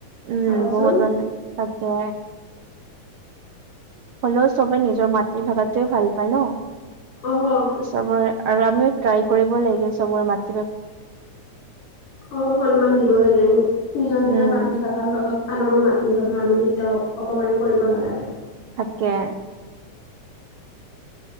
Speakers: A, on the right (about 75°); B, on the left (about 85°).
A: উম
B: চাবাচোন।
A: বহুত মানে থাকে হলেও চবে নিজৰ মাতৃভাষাটোৱে ভাল পায় ন
B: অ'।
A: চবৰে আৰু আমিও ট্ৰাই কৰিব লাগে চবৰে ম
B: অ সন্মান দিব লাগে আমি নিজৰ নিজৰ
A: উম
B: মাতৃভাষ ভাষাৰ লগত আনৰো মাতৃভাষা আমি কেতিয়াও অপমান কৰিব নালাগে
A: তাকে